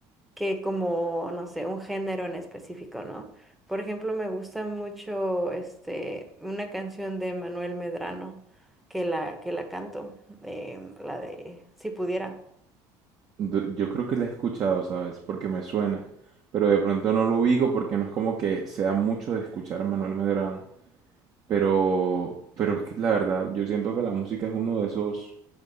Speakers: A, in the centre; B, on the right.
A: que como, no sé, un género en específico, ¿no? Por ejemplo, me gusta mucho este, una canción de Manuel Medrano que la, que la canto, em, la de Si pudiera.
B: Du- Yo creo que la he escuchado, ¿sabes? Porque me suena. Pero de pronto no lo ubico porque no es como que sea mucho de escuchar a Manuel Medrano. Pero, pero es que la verdad, yo siento que la música es uno de esos,